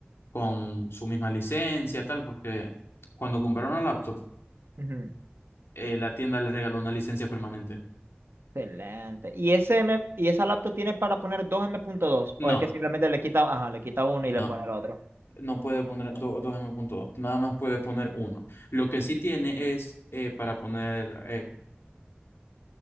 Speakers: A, on the left; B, on the right.
A: con su misma licencia, tal, porque cuando compraron la laptop,
B: ujú.
A: eh, la tienda les regaló una licencia permanente.
B: Excelente. ¿Y ese M, y esa laptop tiene para poner dos M punto dos
A: No,
B: ¿O es que simplemente le quita, ajá, le quita uno y
A: no,
B: le pone el otro?
A: no puede poner do- dos M.2, nada más puede poner uno. Lo que sí tiene es eh, para poner, eh,